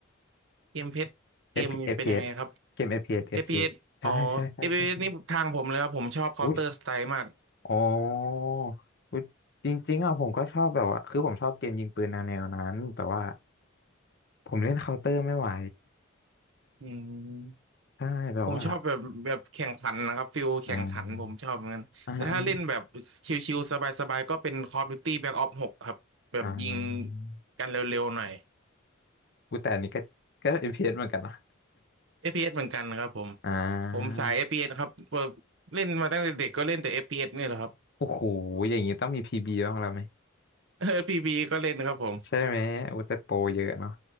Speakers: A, on the right; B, on the left.
A: เกมเพชรเกมเป็นยังไงครับ
B: F- f พ s เอสเกม f พีเอสเอฟพีเอสใช่ใช่ใช่ใช่
A: เอฟพ p s อสอ๋อ FPS นี่ทางผมเลยครับผมชอบ Counter
B: อุ้ย
A: Strike มาก
B: อ๋ออุ๊ยจริงๆอ่ะผมก็ชอบแบบว่า คือผมชอบเกมยิงปืนแนวแนวนั้น แต่ว่าผมเล่นเคาน์เตอร์ไม่ไหว
A: อืม
B: ใช่แบบว่า
A: ผมชอบแบบแบบแข่งขันนะครับฟิลแข่งขันผมชอบเหมือนกันแต่ถ้าเล่นแบบ
B: อ่าอ่าอ่า
A: ชิลๆสบายๆก็เป็น Call of Duty Black Ops 6ครับแบบยิง
B: อ่า
A: กันเร็วๆหน่อย
B: อุ๊ยแต่อันนี้ก็ก็ FPS เอสเหมือนกันนะ
A: FPS เอสเหมือนกันครับผม
B: อ่า
A: ผมสาย FPS ครับเปิดเล่นมาตั้งแต่เด็กก็เล่นแต่ FPS นี่แหละครับ
B: โอ้โห อย่างนี้ต้องมี PB บบ้างแล้วไหม
A: <laughs> เออ PB ก็เล่นครับผม
B: ใช่ไหมโอุยแต่โปรเยอะเนาะ